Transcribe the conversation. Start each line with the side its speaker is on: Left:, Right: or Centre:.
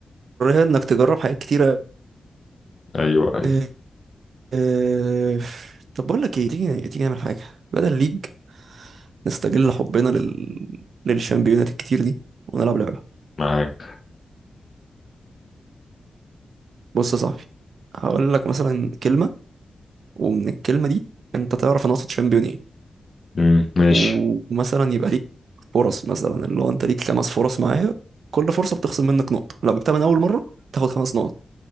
Right: انك تجرب حاجات كتيرة
Left: ايوه ايوه
Right: آه، آه، طب بقول لك ايه تيجي تيجي نعمل حاجة بدل ليج نستغل حبنا لل للشامبيونات الكتير دي ونلعب لعبة
Left: معاك
Right: بص يا صاحبي هقول لك مثلا كلمة ومن الكلمة دي انت تعرف انا اقصد شامبيون ايه
Left: مم، ماشي
Right: ومثلا يبقى ليك فرص مثلا اللي هو انت ليك خمس فرص معايا كل فرصة بتخصم منك نقطة لو جبتها من اول مرة تاخد خمس نقط